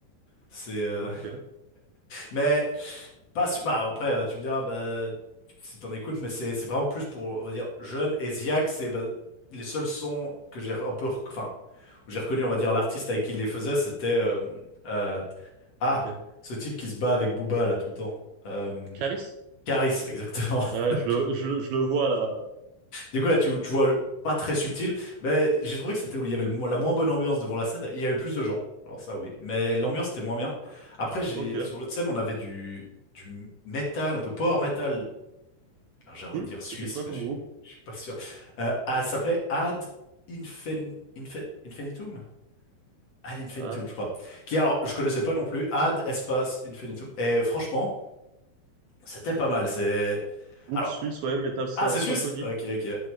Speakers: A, on the left (about 45°); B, on the right (about 70°).
A: C'est, euh,
B: Ok.
A: mais Pas su- Bah, après, euh, tu me diras, bah, si t'en écoutes, mais c'est c'est vraiment plus pour, on va dire, jeune. Et Ziak, c'est bah, les seuls sons que j'ai un peu, rec- enfin, où j'ai reconnu, on va dire, l'artiste avec qui il les faisait, c'était euh, euh, ah,
B: Ok.
A: ce type qui se bat avec Booba là tout le temps. Euh,
B: Caris?
A: Karis, exactement.
B: Ouais,
A: <laughs>
B: je le, je, le je le vois là.
A: Du coup, du coup, là, tu, tu vois, le- pas très subtil, mais j'ai trouvé que c'était où il y avait le mo- la moins bonne ambiance devant la scène. Il y avait plus de gens, alors ça oui, mais l'ambiance était moins bien. Après, j'ai
B: Ok.
A: sur l'autre scène, on avait du du métal, un peu power metal alors j'ai envie
B: Cool.
A: de dire suisse,
B: C'était quoi
A: mais
B: comme
A: je suis
B: groupe?
A: je suis pas sûr. Euh, ah, elle s'appelait Ad Infin- Infin- Infinitum? Ad Infinitum,
B: Ah,
A: je crois. Qui, alors, je connaissais pas non plus. Ad Espace Infinitum. Et franchement, c'était pas mal. C'est.
B: groupe
A: Alors,
B: suisse, ouais, métal syn-
A: ah, c'est
B: symphonique.
A: suisse? Ok, ok.